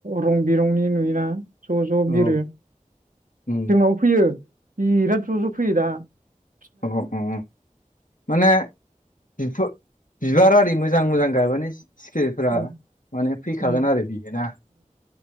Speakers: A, on the right; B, on the left.
A: रं बिरंनि नुयोना ज' ज'
B: औ
A: बिरो
B: उम
A: जोंनावबो फैयो बिराद ज' ज' फैयो दाना
B: अ अ <unintelligible> माने बिबार आरि मोजां मोजां गायबानो सिखिरिफोरा
A: उम
B: माने फैखागोन
A: उम
B: आरो बियो ना